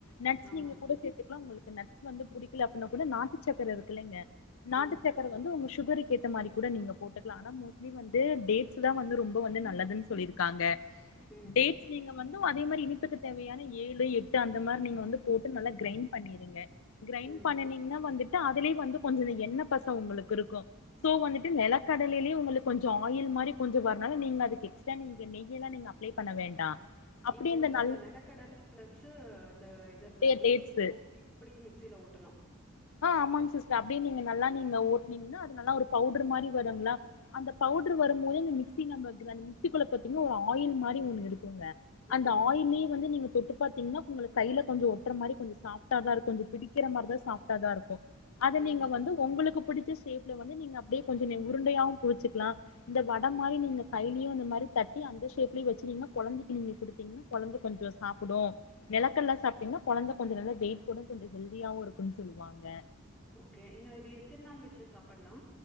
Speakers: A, on the left; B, in the centre.
A: நட்ஸ்
B: ஆமா
A: நீங்க கூட சேத்துக்லா உங்களு நட்ஸ் வந்து புடி கில ஆப்பிள்னா கூட நாட்டு சக் கர இருக்கு இல்லைங்க நாட்டு
B: ம்
A: சக்கர வந்து உங்க சுகருக் கேத்த மாதிரி கூட நீங்க போட்டுக்கலா ஆனா மேஸ்லி வந்து டேட்ஸ்தா வந்து ரொம்ப வந்து நல்லதுன் சொல்லிருக்காங்க
B: ம்
A: டேட்ஸ் நீங்க வந்து அதே மாதிரி இனிப்புக்கு தேவையான ஏழு எட் டு அந்த மாதிரி நீங்க வந்து போட்டு நல்லா கிரைண்ட் பண்ணிருங்க கிரைண்ட்
B: ம்.
A: பண்ணனீங்கன்னா வந்துட் அதுலயு வந்து கொஞ்சோ எண்ண பச உங்களுக்கு இருக்கு சோ வந்துட்டு நிலக்கடலிலயே உங்களுக்கு கொஞ்சோ ஆயில் மாரி கொஞ்சோ வரால நீங்க அதுக்கு எக் டா நீங்க நெய் எல்லா நீங்க அப்ளை பண்ண வேண்டா அப்டியே
B: இப்போ வந்து
A: இந்த நல்
B: அந்த நிலக்கடல பிளஸ்சு அந்த இது
A: டே
B: டேட்ஸையு
A: டேட்ஸு
B: போட்டு அப்படி மிக்ஸ் சில ஓட்டணு
A: ஆ ஆமாங்க சிஸ் அப்டியே நீங்க நல்லா நீங்க ஓட்டனீங்கன்னா அது நல்லா ஒரு பவுடர் மாரி வருங்களா அந்த பவுடர் வரும் போது அந்த மிக்ஸி நம்ப கிரன் மிக்ஸிக்குள்ள பாத்தீங்கன்னா ஒரு ஆயில் மாரி ஒன்னு இருக்குங்க அந்த
B: ம்,
A: ஆயில்லியே வந்து நீங்க தொட்டு பாத்தீங்கன்னா உங்களுக்கு கைல கொஞ்சோ ஒட்டுற மாரி கொஞ்சோ சாஃப்ட்டா தா இருக் கொஞ்சோ புடிக்கிற மாரி தா சாஃப் த த இருக்கு அத
B: ம்.
A: நீங்க வந்து உங்களுக்கு புடிச்ச ஷேப்ல வந்து நீங்க அப்படியே கொஞ்சோ நெ உருண்டையாவு புடிச்சிக்கலா இந்த வட மாரி நீங்க கைலியு இந்த மாரி தட்டி அந்த ஷேப்லயு வச்சுருனீங்க கொழந்தைக்கு நீங்க குடுத்தீங்கனா கொழந்த கொஞ்சோ சாப்புடு நெலக்கல்ல சாப்ட்டீங்கனா கொழந்த கொஞ்சோ நல்ல வெயிட் போடு கொஞ்சோ ஹெல்தியாவு இருக்கு சொல்லுவாங்க
B: ஓகே இன்னு இது எத்தன் நாள் வச்சு சாப்பிட்லா